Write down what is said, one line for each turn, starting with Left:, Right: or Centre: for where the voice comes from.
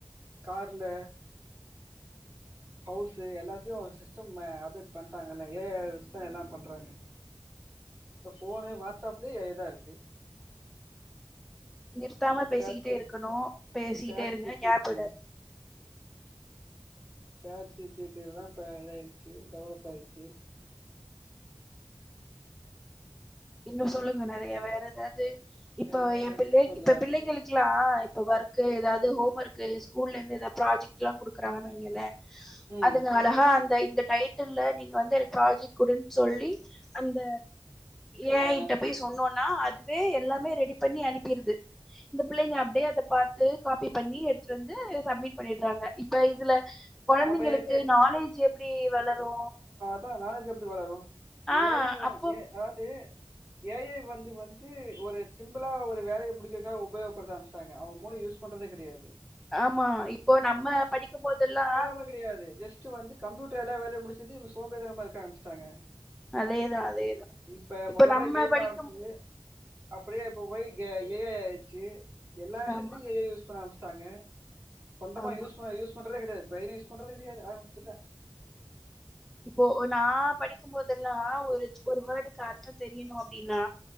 Right: கார்ல ஹவுஸ்சு எல்லாத்துலையு சிஸ்டம் அப்டேட் பண்ட்டாங்கல்ல ஏஐ வொச்சுதா எல்லாம் பண்றாங்க இப்ப போனு வாட்ஸ்அப்லேயே ஏஐதா இருக்கு
Centre: நிறுத்தாம பேசிக்கிட்டே
Right: சாட் ஜி
Centre: இருக்கணு பேசிட்டே
Right: சாட்
Centre: இருங்க
Right: ஜி பி
Centre: கேப்
Right: டி
Centre: விடாதீங்
Right: சாட் ஜிபீட்டி எல்லா பேடா இதாயிருச்சு டெவலப் ஆயிருச்சு
Centre: இன்னு சொல்லுங்க நெறைய வேற ஏதாவது இப்ப
Right: வேற
Centre: என் பிள்ளை
Right: என்ன சொல்ல
Centre: இப்ப பிள்ளைங்களுக் இருக்கலா இப்ப ஒர்க் எதாவது ஹோம் ஒர்க்கு ஸ்கூல்லந்து எதாவது ப்ராஜெக்ட் எல்லாம் குடுக்குறாங்கனு
Right: ம்
Centre: அதுங்க அழகா அந்த இந்த டை டைடில்ல நீங்க வந்து எனக்கு ப்ராஜெக்ட் குடுன்னு சொல்லி அந்த ஏஐ
Right: ஆ
Centre: கிட்ட போய் சொன்னோனா அதுவே எல்லாமே ரெடி பண்ணி அனுப்பிருது இந்த புள்ளைங்க அப்டே அத பாத்து காபி பண்ணி எடுத்துட்டு வந்து சப்மிட் பண்ணிட்றாங்க இப்ப இதுல கொழந்தைங்களுக்கு
Right: அப்ப எது
Centre: நாலேஜ் எப்டி வளரு
Right: அத்தா நாலேஜ் எப்டி வளரு
Centre: ஆ
Right: ஏ ஐ
Centre: அப்போ
Right: அதாவது ஏ ஐ வந்து வந்து ந்து ஒரு சிம்பிளா ஒரு வேலய முடிக்கிறதுக்காக உபயகப்படுத்த ஆரசமிச்ட்டாங்க அவங்க மூளைய யூஸ் பண்றதே கெடையாது
Centre: ஆமா இப்போ நம்ம படிக்கும்போதெல்லா
Right: இப்ப கெடையாது ஜஸ்ட் வந்து கம்யூட்டர் எல்லா வேலய முடிச்சிது சோம்பேறிதனமா இருக்க ஆரம்மிச்சிட்டாங்க
Centre: அதேதா அதேதா
Right: இப்ப மொதல்ல
Centre: நம்ம
Right: கேம்
Centre: படிக்கும்
Right: ஆரமிச்சிது அப்டியே இப்ப போய் ஏ ஐ ஆயிடுச்சு எல்லா விஷயத்துலயு
Centre: ஆமா
Right: ஏ ஐ யூஸ் பண்ண ஆரமிச்சுட்டாங்க சொந்தமா
Centre: ஆமா
Right: யூஸ் ப யூஸ் பண்றதே கெடையாது பிரைனே யூஸ் பண்றதே கெடையாது ஆக மொத்ததுல்ல
Centre: இப்போ நா படிக்கும்போதெல்லா ஒரு ஒரு வேர்டுக்கு அர்த்தம் தெரியணு அப்டின்னா